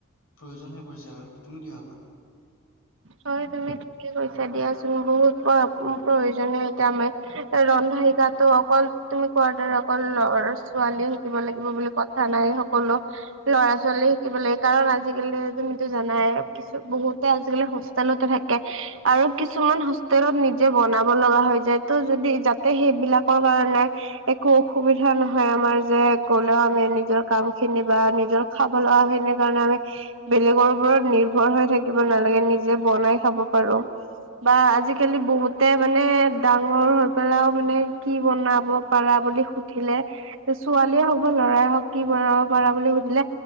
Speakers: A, on the left (about 75°); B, on the right (about 60°).
A: প্ৰয়োজন হৈ পৰিছে আৰু। তুমি কি ভাবা?
B: হয় তুমি ঠিকে কৈছা দিয়াচোন বহুত। প্ৰয়োজনী এতিয়া আমাৰ। ৰন্ধা শিকাটো অকল, তুমি কোৱাৰ দৰে অকল লৰা ছোৱালী শিকিব লাগিব বুলি কথা নাই সকলো। ল'ৰা ছোৱালী শিকিব লাগে। কাৰণ আজিকালি তুমিতো জানাই কিছু বহুতে আজিকালি স- হোষ্টেলতে থাকে। আৰু কিছুমান হোষ্টেলত নিজে বনাব লগা হৈ যায় ত' যদি যাতে সেইবিলাকৰ কাৰণে একো অসুবিধা নহয় আমাৰ যে গ'লেও আমি নিজৰ কাম খিনি বা নিজৰ খাব লগা খিনি কাৰণে আমি বেলেগৰ ওপৰত নিৰ্ভৰ হৈ থাকিব নালাগে নি নিজে বনাই খাব পাৰো। বা আজিকালি বহুতে মানে ডাঙৰ হৈ পেলাইও মানে কি বনাব? পাৰা বুলি সুধিলে ছোৱালীয়ে হওক বা ল'ৰাই হওক কি বনাব পাৰা বুলি সুধিলে।